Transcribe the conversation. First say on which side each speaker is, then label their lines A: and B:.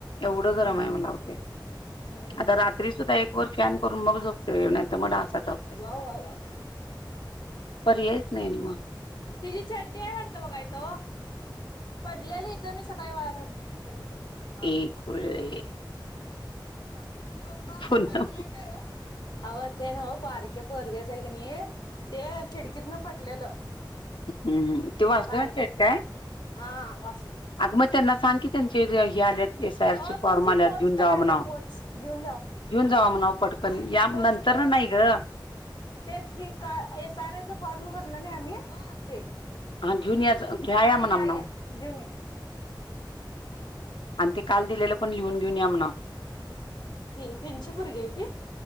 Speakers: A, on the left; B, on the left.
A: एवढं
B: हम्म
A: गरम हाय म लावतय.
B: हम्म
A: आता रात्री सुद्धा एक वर फॅन करून मग झोपतोय, नाही तर मग डासा चावत्यात,
B: वा वा वा
A: पर्यायच नाही आणि मग.
B: तिझी चड्डी आहे वाटतं बघा इथ ओ, पडलेली इथं मी स सकाळी वायरन हॅलो हां
A: ए
B: बोल
A: खुळेऽऽऽ
B: ह हम्म,
A: पुन्हा
B: आवं ते न्हवं बारक ते पोरग्याच आहे का नाही, ते खिडकीत न पडलेलं.
A: हम्म, ते वासुदेवांचे
B: बारक
A: आहेत काय?
B: हा वासुदेव.
A: अग मग त्यांना सांग की त्यांचे हे आल्यात एसआरचे
B: ओ
A: फॉर्म
B: तुमची
A: आल्यात
B: पोच
A: घेऊन
B: पण
A: जावा
B: आल्या
A: म्हनाव,
B: पोच घेऊन जावा
A: घेऊन
B: नंतर
A: जावा म्हनाव पट पण, या,
B: पोच
A: नंतर
B: पोच
A: न नाही गं
B: तेच की, का एसआरएचा फॉर्म भरलं नाही आम्ही, हं,, ते
A: हा घेऊन या घ्या
B: हा
A: म्हणा
B: या
A: म्हणाव.
B: या, घेऊन या.
A: आण ते काल दिलेलं पण लिहून घेऊन या म्हणावं.
B: ती तेनचि पोरगी आय ती.